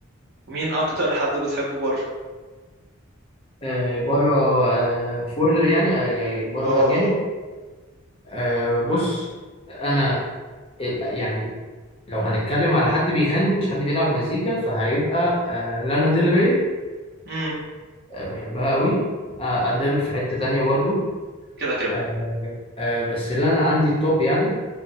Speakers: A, on the right; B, on the left.
A: ومين اكتر حد بتحبه بره
B: آه بره آه فورنر يعني آه يعني بره
A: اه اه
B: جانب آه بص انا آه، يعني لو هنتكلم على حد بيغني مش حد بيلعب مزيكا فهيبقى آه لانا ديل ري
A: امم
B: آه، بحبها قوي آه، أديل في حتة تانية برضو
A: كده كده
B: آه، آه، بس اللي أنا عندي التوب يعني